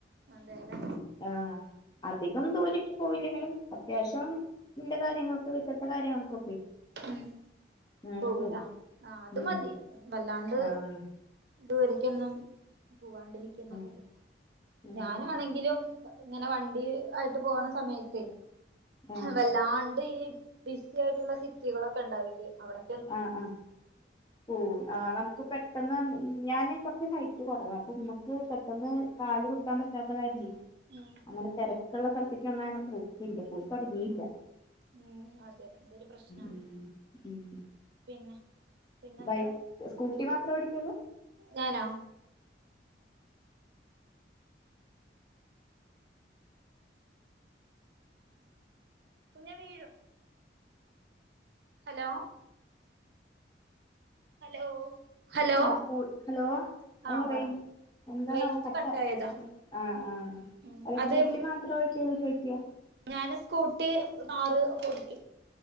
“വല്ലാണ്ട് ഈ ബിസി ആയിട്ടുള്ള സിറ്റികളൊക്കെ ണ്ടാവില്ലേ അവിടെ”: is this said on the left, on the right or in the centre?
Right